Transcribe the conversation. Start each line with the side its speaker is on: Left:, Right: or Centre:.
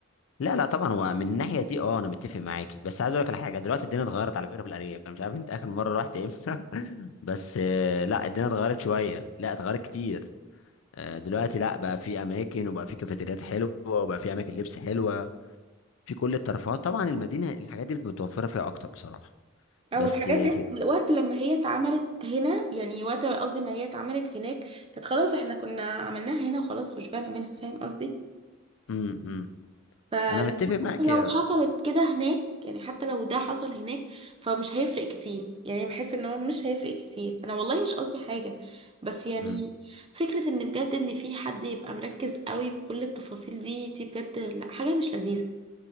Left: لا لا طبعا هو من الناحيه دي اه انا متفق معاك بس عايز اقول لك على حاجه دلوقتي الدنيا اتغيرت على فكره في الارياف انا مش عارف انت اخر مره رحت امتى <laughs> بس آه، لا الدنيا اتغيرت شويه لا اتغيرت كتير آه، دلوقتي لا بقى في اماكن وبقى في كافيتريات حلوه وبقى في اماكن لبس حلوه في كل الترفيهات طبعا المدينه الحاجات دي متوفره فيها اكتر بصراحه
Right: او
Left: بس
Right: الحاجات
Left: آه،
Right: دي
Left: في
Right: الوقت لما هي اتعملت هنا يعني وقت قصدي ما هي اتعملت هناك كانت خلاص احنا كنا عملناها هنا وخلاص وشبعنا منها فاهم قصدي
Left: امم
Right: فلو
Left: انا متفق معاك يا
Right: حصلت كده هناك يعني حتى لو ده حصل هناك فمش هيفرق كتير يعني بحس ان هو مش هيفرق كتير انا والله مش قصدي حاجة بس يعني
Left: مم.
Right: فكرة ان بجد ان في حد يبقى مركز قوي بكل التفاصيل دي دي بجد لا حاجة مش لذيذة